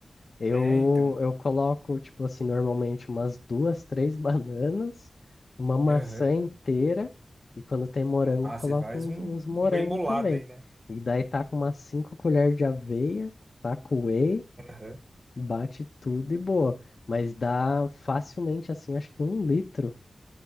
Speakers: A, on the left (about 55°); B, on the right (about 35°).
A: Eu,
B: É, então.
A: eu coloco, tipo assim, normalmente umas duas, três <laughs> bananas, uma maçã
B: Aham.
A: inteira, e quando tem morango,
B: Ah,
A: coloco
B: você faz
A: uns,
B: um,
A: uns morango
B: um bem bolado
A: também.
B: aí, né?
A: E daí tá com umas cinco colheres de aveia, tá com whey,
B: Aham.
A: bate tudo e boa. Mas dá facilmente, assim, acho que um litro.